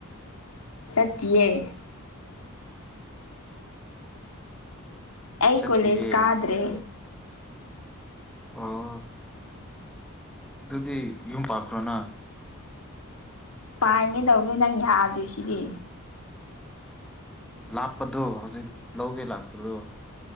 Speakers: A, on the left; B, in the centre.
A: ꯆꯠꯦ ꯑꯩ
B: ꯆꯠꯇꯤꯌꯦ
A: ꯀꯣꯂꯦꯖ ꯀꯥꯗ꯭ꯔꯦ
B: ꯑꯣꯥ ꯑꯗꯨꯗꯤ ꯌꯨꯝ ꯄꯥꯈ꯭ꯔꯣꯅ
A: ꯄꯥꯏꯒꯦ ꯇꯧꯕꯅꯤ ꯅꯪ ꯌꯥꯗꯣꯏ ꯁꯤꯗꯤ
B: ꯂꯥꯞꯄꯗꯣ ꯍꯧꯖꯤꯛ ꯂꯧꯒꯦ ꯂꯥꯛꯄꯗꯣ